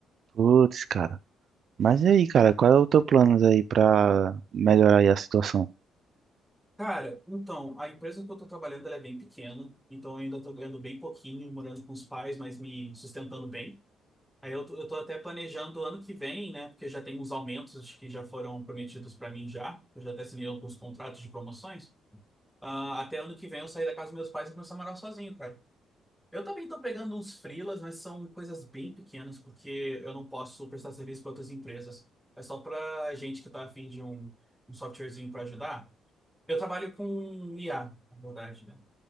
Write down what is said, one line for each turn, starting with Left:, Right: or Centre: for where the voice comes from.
Right: putz, cara. Mas e aí, cara, qual é o teu plano aí pra melhorar aí a situação?
Centre: Cara, então, a empresa que eu tô trabalhando, ela é bem pequena, então eu ainda tô ganhando bem pouquinho, morando com os pais, mas me sustentando bem. Aí eu tô, eu tô até planejando ano que vem, né, porque já tem uns aumentos que já foram prometidos pra mim já, eu já até assinei alguns contratos de promoções. Ah, até ano que vem eu sair da casa dos meus pais e começar a morar sozinho, cara. Eu também tô pegando uns freelas, mas são coisas bem pequenas, porque eu não posso prestar serviço para outras empresas. É só para gente que tá afim de um, um softwarezinho para ajudar. Eu trabalho com IA, na verdade, né?